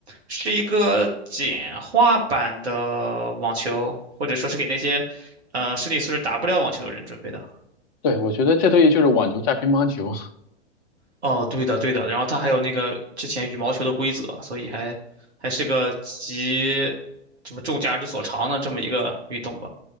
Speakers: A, on the right; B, on the left.
A: 是一个简化版的网球，或者说是给那些呃身体素质打不了网球的人准备的。
B: 对，我觉得这东西就是网球加乒乓球，<laughs>
A: 哦，对的，对的，然后它还有那个之前羽毛球的规则，所以还还是个集什么众家之所长的这么一个运动吧。